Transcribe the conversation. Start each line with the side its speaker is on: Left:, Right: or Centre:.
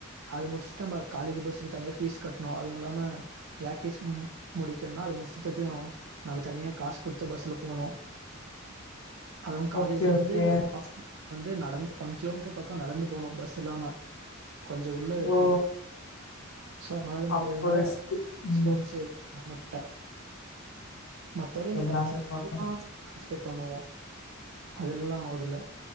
Right: அத முடிஸ்ட் நம்ம காலேஜ் பஸ்க்கு தனியா ஃபீஸ் கட்ணு அதுவு இல்லாம பிராக்டிஸ் மு முடிக்கணுன்னா அது முடிஸ்ட்டு திர்ப்பியூ நாப தனியா காஸ் குடுத்து பஸ்ல போனு அதுவு காலேஜுல
Left: ஓகே
Right: இருந்து
Left: ஓகே
Right: ஒரு அஃப் வந்து நடந்து ஒன் கிலோமீட்டர் பக்கோ நடந்து போனு பஸ் இல்லாம கொஞ்சோ உள்ள இருக்கு
Left: ஓ
Right: சோ அதனால அது முடியாதனால
Left: அப்போ ரிஸ்க் ம்
Right: ஸ்போர்ட்ஸ்ல எது நா முட்ட மத்தபடி இந்த
Left: எல்லாமே
Right: கல்ச்சு
Left: பாக்கணு
Right: ஆ <inaudible> பே பண்ணுவோ அதெல்லா ஒடுல